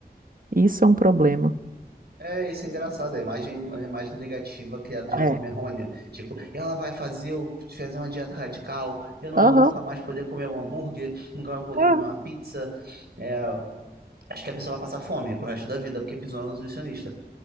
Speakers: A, on the right; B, on the right.
A: Isso é um problema.
B: É isso é engraçado, é a imagem, a imagem negativa criada de
A: É.
B: forma errônea. Tipo, ela vai fazer, o- fazer uma dieta radical, eu não
A: Aham.
B: vou nunca mais poder comer um hambúrguer, nunca mais vou poder
A: É,
B: comer uma pizza. É, acho que a pessoa vai passar fome pro resto da vida, porque pisou no nutricionista.